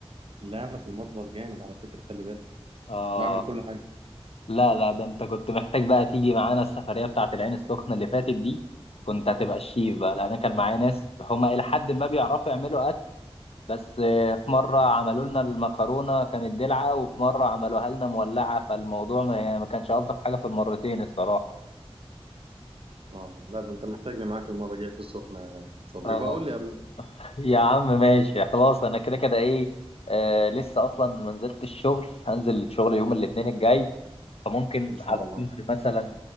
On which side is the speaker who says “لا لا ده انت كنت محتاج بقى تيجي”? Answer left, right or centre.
Left